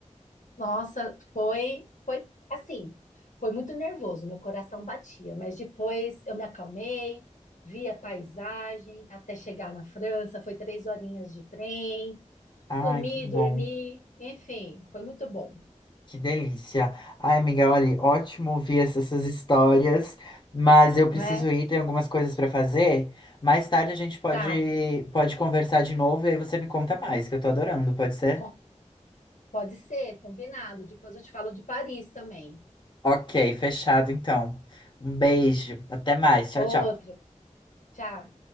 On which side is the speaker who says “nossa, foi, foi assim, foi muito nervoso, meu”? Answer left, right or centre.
Left